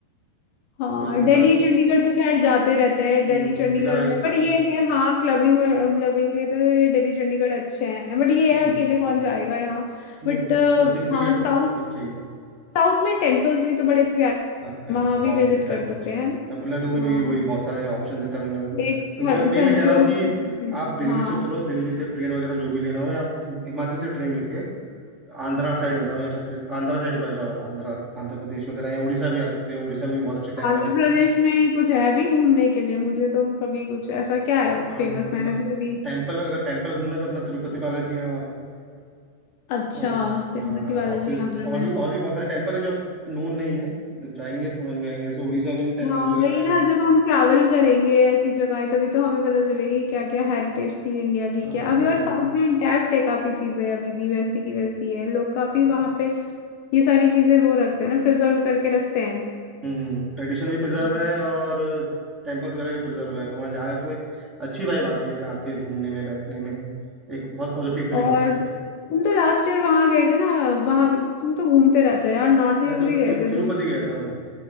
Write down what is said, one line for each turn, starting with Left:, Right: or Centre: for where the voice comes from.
Left: हाँ
Right: फॉर एग्जाम्पल
Left: दिल्ली चंडीगढ़ तो खैर जाते रहते हैं दिल्ली
Right: हम्म
Left: चंडीगढ़
Right: चंडीगढ़ आ,
Left: में बट
Right: आ गए
Left: ये है हाँ क्लबिंग क्लबिंग के लिए तो ये दिल्ली चंडीगढ़ अच्छे हैं बट ये
Right: हम्म
Left: है अकेले कौन जाएगा यहाँ
Right: नहीं
Left: बट
Right: क्लबिंग के
Left: हाँ
Right: लिए तो
Left: साउथ
Right: पब्लिक चाहिए
Left: साउथ में टेम्पल्स भी तो बड़े प्यारे
Right: बट
Left: हैं, वहाँ
Right: बहुत
Left: भी
Right: सुंदर
Left: विजिट
Right: टेम्पल्स
Left: कर सकते
Right: हैं
Left: हैं
Right: तमिलनाडु में
Left: हाँ
Right: भी वही बहुत सारे ऑप्शन है तमिलनाडु में तो
Left: एक थ-
Right: वही वही
Left: थंजौर
Right: मैं कह रहा हूँ कि
Left: की-
Right: आप दिल्ली
Left: हाँ
Right: से उतरो दिल्ली से ट्रेन वगैरह जो भी लेना हो या हिम- हिमाचल से ट्रेन लेके आंध्रा साइड आ जाओ या छत्तीस आंध्रा साइड पे आ जाओ आप आंध्रा आंध्र प्रदेश वगैरह या उड़ीसा भी आ सकते हो उड़ीसा में भी बहुत अच्छे टेम्पल
Left: आंध्र
Right: है अपने
Left: प्रदेश में कुछ है भी घूमने के लिए मुझे तो कभी कुछ ऐसा क्या है
Right: हाँ
Left: फेमस
Right: अंद-
Left: मैंने तो कभी
Right: टेम्पल अगर टेम्पल घूमना है तो अपना तिरुपति बालाजी है वहाँ पे
Left: अच्छा
Right: और
Left: तिरुपति
Right: हाँ
Left: बालाजी
Right: और फिर
Left: आंध्र
Right: और
Left: में
Right: भी और भी बहुत सारे टेम्पल है जो नोन नहीं है जब जाएंगे तो समझ में आएंगे जैसे उड़ीसा में भी टेम्पल्स
Left: हाँ
Right: वगैरह
Left: वही
Right: है
Left: ना जब हम ट्रैवल करेंगे ऐसी जगह तभी तो हमें पता चलेगी क्या क्या हेरिटेज थी इंडिया की
Right: हाँ
Left: क्या
Right: वही
Left: अभी और साउथ में इंटैक्ट है काफी चीजें अभी भी वैसी की वैसी है लोग काफी
Right: वही।
Left: वहां पे ये सारी चीजें वो रखते हैं ना प्रिजर्व करके रखते हैं
Right: हम्म ट्रेडिशन भी प्रिजर्व
Left: हम्म।
Right: है और टेम्पल्स वगैरह भी प्रिजर्व है तो वहाँ जाए तो एक अच्छी वाइब आती है जाके घूमने में बैठने में एक बहुत पॉजिटिव फीलिंग
Left: और
Right: आती है
Left: तुम
Right: ये
Left: तो लास्ट ईयर वहां गए थे ना वहां भी तुम तो घूमते रहते हो यार नॉर्थ
Right: मैं
Left: ईस्ट
Right: तो तिर-
Left: भी गए थे
Right: तिरुपति
Left: तुम
Right: गया था मैं